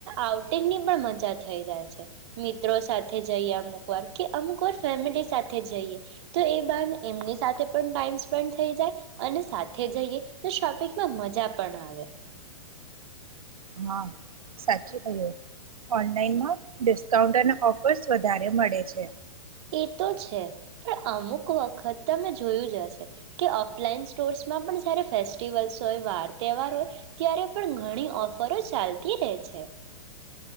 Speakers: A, on the right (about 45°); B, on the right (about 75°).
A: આઉટિંગની પણ મજા થઈ જાય છે મિત્રો સાથે જઈએ અમુક વાર કે અમુકવાર ફેમિલી સાથે જઈએ તો એ બા એમની સાથે પણ ટાઈમ સ્પેન્ડ થઈ જાય અને સાથે જઈએ તો શોપિંગમાં મજા પણ આવે.
B: હા સાચું કય્યું ઓનલાઈનમાં ડિસ્કાઉન્ટ અને ઓફર્સ વધારે મળે છે.
A: એ તો છે પણ અમુક વખત તમે જોયું જ હશે કે ઓફલાઈન સ્ટોર્સમાં પણ જયારે ફેસ્ટિવલ્સ હોય વાર તહેવાર હોય ત્યારે પણ ઘણી ઓફરો ચાલતી રહે છે.